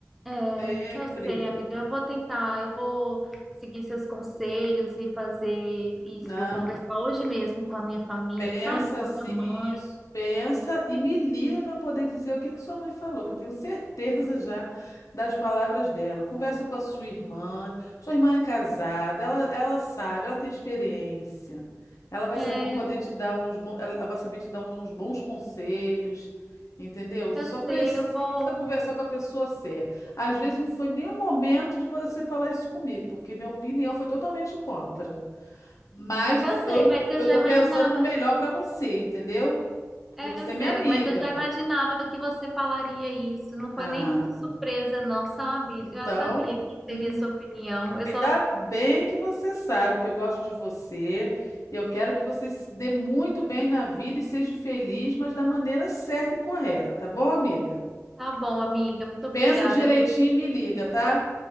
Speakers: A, in the centre; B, on the left.
A: É,
B: sempre.
A: eu sei, amiga. Eu vou tentar. Eu vou seguir seus conselhos e fazer isso.
B: Não.
A: Vou conversar hoje mesmo com a minha família,
B: Pensa
A: sabe? Com
B: assim,
A: a minha
B: isso,
A: mãe.
B: pensa e me liga para poder dizer o que que sua mãe falou, que eu tenho certeza já das palavras dela. Conversa com a sua irmã. Sua irmã é casada, ela, ela sabe, ela tem experiência. Ela vai
A: É,
B: saber poder te dar uns bons, ela vai saber te dar uns bons conselhos, entendeu? Você
A: eu
B: só
A: sei.
B: precisa
A: Eu vou.
B: conversar com a pessoa certa. Às vezes não foi nem o momento de você falar isso comigo, porque minha opinião foi totalmente contra. Mas
A: Eu sei,
B: eu,
A: mas eu
B: eu
A: já
B: tô
A: imaginava.
B: pensando no melhor pra você, entendeu? Porque
A: É,
B: você
A: eu
B: é minha
A: sei,
B: amiga.
A: amigo, mas eu já imaginava que você falaria isso. Não foi
B: Ah,
A: nem muito surpresa, não, sabe?
B: então,
A: Eu Já sabia que
B: hum,
A: seria sua opinião. Eu
B: ainda
A: só.
B: bem que você sabe que eu gosto de você. Eu quero que você se dê muito bem na vida e seja feliz, mas da maneira certa e correta, tá bom, amiga?
A: Tá bom, amiga, muito obrigada,
B: Pensa direitinho
A: viu?
B: e me liga, tá?